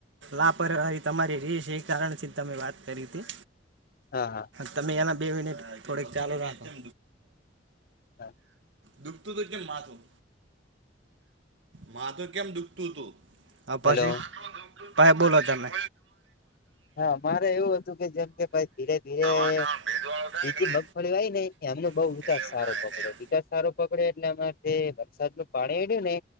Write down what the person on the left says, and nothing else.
હા હા.
હા.
હેલો
હા મારે એવું હતું કે જેમ કે ભાઈ ધીરે ધીરે
બીજી
મગફળી આવી ને એમનો બઉ
વિકાસ
સારો
પકડ્યો
વિકાસ સારો પકડ્યો એટલે આમાં થી. દું પાણી એળ્યું ને